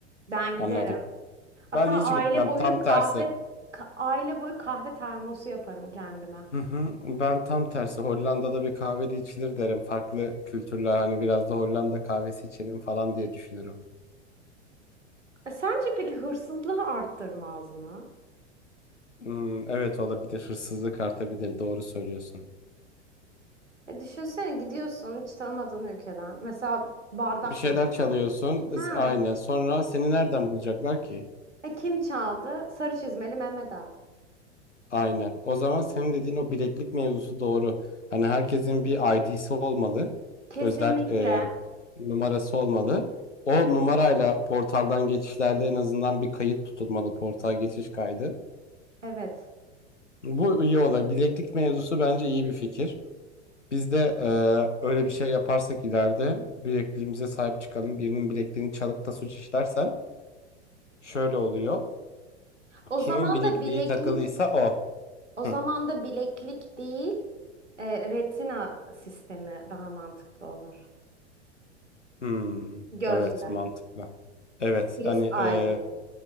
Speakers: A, on the right (about 85°); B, on the left (about 80°).
A: Ben
B: anladım.
A: giderim. Hatta
B: Ben hiç
A: aile
B: gitmem
A: boyu
B: tam
A: kahve
B: tersi.
A: ka- aile boyu kahve termosu yaparım kendime.
B: Hı hı. Ben tam tersi Hollanda'da bir kahvede içilir derim. Farklı kültürler hani biraz da Hollanda kahvesi içelim falan diye düşünürüm.
A: E, sence peki hırsızlığı arttırmaz mı?
B: Hmm, evet olabilir hırsızlık artabilir doğru söylüyorsun.
A: E düşünsene gidiyorsun hiç tanımadığın ülkeden. Mesela bardak
B: Bir şeyler
A: beğeniyorsun.
B: çalıyorsun
A: Ha.
B: aynen sonra seni nereden bulacaklar ki?
A: E kim çaldı? Sarı çizmeli Mehmet Ağa.
B: Aynen. O zaman senin dediğin o bileklik mevzusu doğru. Hani herkesin bir ID'si olmalı.
A: Kesinlikle.
B: Özel e, numarası olmalı. O numarayla portaldan geçişlerde en azından bir kayıt tutulmalı. Portal geçiş kaydı.
A: Evet.
B: Bu iyi olay. Bileklik mevzusu bence iyi bir fikir. Biz de e, öyle bir şey yaparsak ileride bilekliğimize sahip çıkalım. Birinin bilekliğini çalıp da suç işlersen şöyle oluyor.
A: O
B: Kimin
A: zaman
B: bilekliği
A: da bileklik,
B: takılıysa o.
A: o zaman
B: Hı.
A: da bileklik değil, e, retina sistemi daha mantıklı olur.
B: Hmm,
A: Gözle.
B: evet mantıklı. Evet
A: Iris
B: hani e,
A: eye diye.